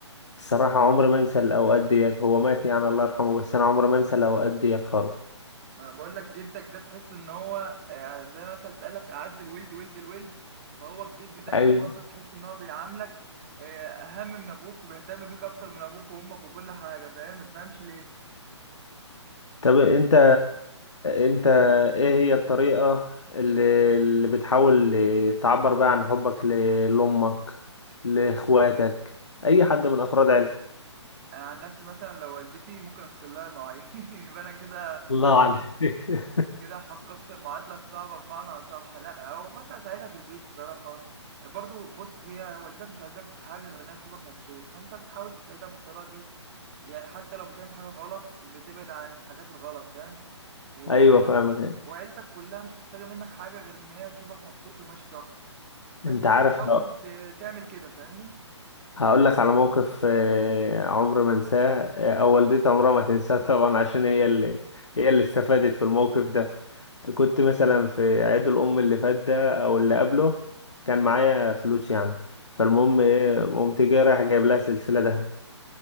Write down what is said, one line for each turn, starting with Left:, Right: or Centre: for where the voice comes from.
Left: الصراحة عمري ما انسى الاوقات ديت هو مات يعني الله يرحمه بس انا عمري ما انسى الاوقات ديت خالص
Right: ما انا بقول لك جدك ده تحس ان هو آه، زي مثلا بتقول لك اعز الولد ولد الولد فهو الجد ده كده
Left: ايوه
Right: برضه تحس ان هو بيعاملك آه، اهم من ابوك وبيهتم بيك اكتر من ابوك وامك وكل حاجه فاهم ما تفهمش ليه
Left: طب انت انت ايه هي الطريقة اللي, اللي بتحاول تعبر بيها عن حبك ل- لأمك لإخواتك أي حد من أفراد عيلتك
Right: انا عن نفسي مثلا لو والدتي ممكن اغسل لها المواعين <laughs> يبقى انا كده
Left: الله عليك <laughs>
Right: كده حققت المعادلة الصعبة بمعنى أصح لا أو مثلا أساعدها في البيت الصراحة برضو بص هي والدتك مش عايزاك في حاجة غير إنها تشوفك مبسوط فأنت بتحاول تساعدها بالطريقة دي يعني حتى لو بتعمل حاجة غلط بتبعد عن الحاجات الغلط فاهم و...
Left: أيوة فاهمك
Right: وعيلتك كلها مش محتاجة منك حاجة غير إن هي تشوفك مبسوط وماشي صح فأنت
Left: انت
Right: بتحاول
Left: عارف
Right: ت... تعمل كده فاهمني؟
Left: هقول لك على موقف آه، عمر ما انساه آه، او والدتي عمرها ما تنساه طبعا عشان هي اللي هي اللي استفادت في الموقف ده كنت مثلا في عيد الام اللي فات ده او اللي قبله كان معايا فلوس يعني فالمهم ايه قمت جاي رايح جايب لها سلسله ده